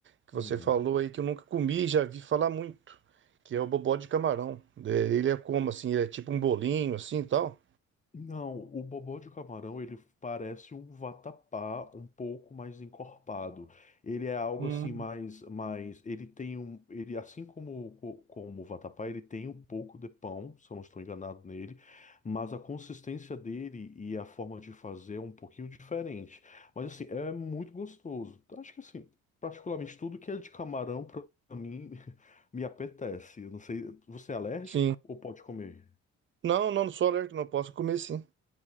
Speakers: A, on the right; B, on the left.
A: Que
B: Uhum.
A: você falou aí que eu nunca comi e já vi falar muito, que é o bobó de camarão. É, ele é como assim, ele é tipo um bolinho assim e tal.
B: Não, o bobó de camarão ele parece um vatapá um pouco mais encorpado. Ele é algo
A: Hum,
B: assim mais, mais ele tem um, ele assim como co- como o vatapá ele tem um pouco de pão, se eu não estou enganado nele, mas a consistência dele e a forma de fazer é um pouquinho diferente. Mas assim é muito gostoso. Acho que assim particularmente tudo que é de camarão para mim <laughs> me apetece. Eu não sei, você é alérgico
A: Sim.
B: ou pode comer?
A: Não, não, não sou alérgico, não posso comer sim.